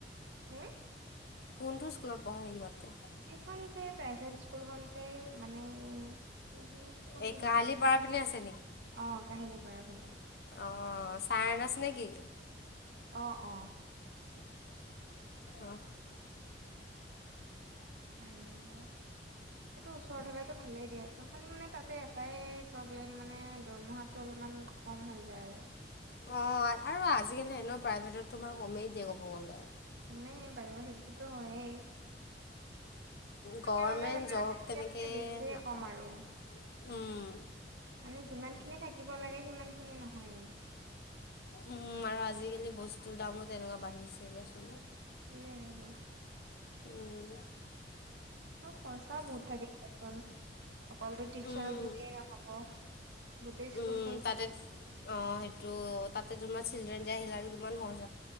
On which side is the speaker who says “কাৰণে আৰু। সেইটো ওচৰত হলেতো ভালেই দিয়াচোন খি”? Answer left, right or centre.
Right